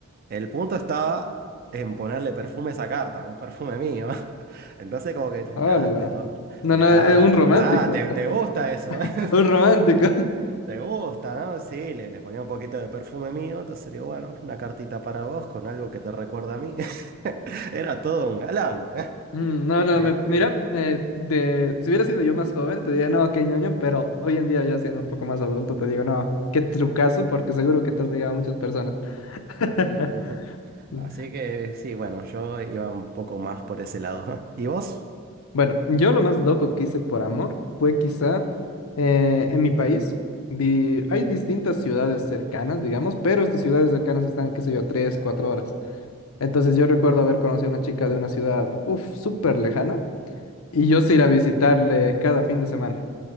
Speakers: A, on the right; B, on the left.
A: el punto estaba en ponerle perfume a esa carta, un perfume mío. <laughs> Entonces como que, nada,
B: hola.
A: le da,
B: No,
A: le
B: no,
A: da,
B: eh, un romántico.
A: ah, te,
B: <laughs>
A: te gusta eso, <laughs>
B: Un romántico.
A: te gusta, ¿no? Sí, le, le ponía un poquito de perfume mío, entonces digo, bueno, una cartita para vos con algo que te recuerda a mí. <laughs> Era todo un galán. <laughs>
B: Mm, No, no,
A: Este...
B: me- mira, eh, de, si hubiera sido yo más joven, te diría, no, qué ñoño, pero hoy en día ya siendo un poco más adulto, te digo, no, qué trucazo, porque seguro que te has ligado a muchas personas. <laughs>
A: <laughs>
B: Mm,
A: Así que sí, bueno, yo iba un poco más por ese lado. <laughs> ¿Y vos?
B: Bueno, yo lo más loco que hice por amor fue quizá eh, en mi país, vi- hay distintas ciudades cercanas, digamos, pero estas ciudades cercanas están, qué sé yo, tres, cuatro horas. Entonces yo recuerdo haber conocido a una chica de una ciudad, uff, súper lejana, y yo sí ir a visitarle cada fin de semana.